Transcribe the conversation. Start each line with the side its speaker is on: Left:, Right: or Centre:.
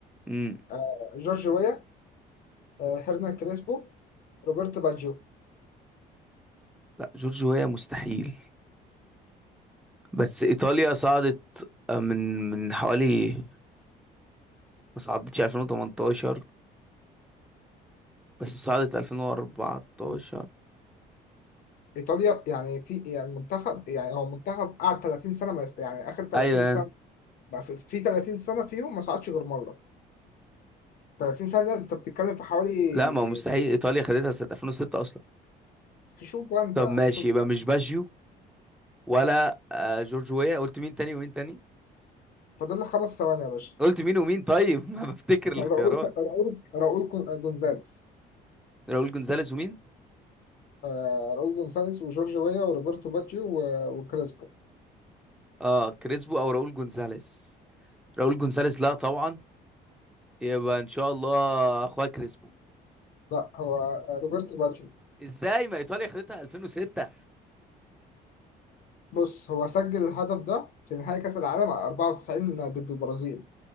Centre: امم
Left: آه جورج ويا آه هيرنان كريسبو روبرت باجيو
Centre: لا جورجيا مستحيل بس ايطاليا صعدت آه، من من حوالي ما صعدتش 2018 بس صعدت 2014
Left: ايطاليا يعني في يعني منتخب يعني هو منتخب قعد 30 سنه ما- يعني اخر 30
Centre: ايوه
Left: سنه بقى في في 30 سنة فيهم ما صعدش غير مرة 30 سنة انت بتتكلم في حوالي
Centre: لا ما هو مستحيل ايطاليا خدتها سنه 2006 اصلا
Left: في شوف بقى انت
Centre: طب
Left: يعني
Centre: ماشي
Left: شوف
Centre: يبقى مش باجيو ولا آه، جورج ويا قلت مين تاني ومين تاني
Left: فاضل لك خمس ثواني يا باشا
Centre: قلت مين ومين طيب <laughs> ما بفتكر
Left: <laughs>
Centre: الاختيارات
Left: راؤول راؤول راؤول كون- جونزاليس
Centre: راؤول جونزاليز ومين
Left: آه، راؤول جونزاليس وجورج ويا وروبرتو باجيو و- وكريسبو
Centre: اه كريسبو او راؤول جونزاليز راؤول جونزاليز لا طبعا يبقى ان شاء الله اخويا كريسبو
Left: لا هو روبرتو باجيو
Centre: ازاي ما ايطاليا خدتها 2006
Left: بص هو سجل الهدف ده في نهائي كأس العالم 94 ضد البرازيل